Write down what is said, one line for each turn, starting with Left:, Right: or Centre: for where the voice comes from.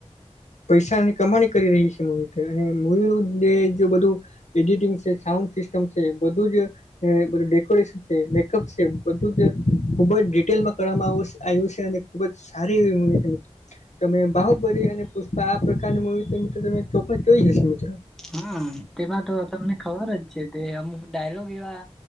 Left: પૈસાની કમાણી કરી રહી છે, મૂવી, અને એ જો બધું એડિટિંગ છે, સાઉન્ડ સિસ્ટમ છે, બધું જ ડેકોરેશન મેકઅપ છે, બધું જ ખુબ જ ડિટેલમાં કરવામાં આવ્યું છે, અને ખુબ જ સારી એવી મૂવી છે. તમે બાહુબલી અને પુષ્પા આ પ્રકારની મૂવી, મિત્રો, તમે ચોખા જોઈ હશે, મિત્રો.
Centre: હા, તેમાં તો તમને ખબર જ છે, તે અમુક ડાયલોગ એવા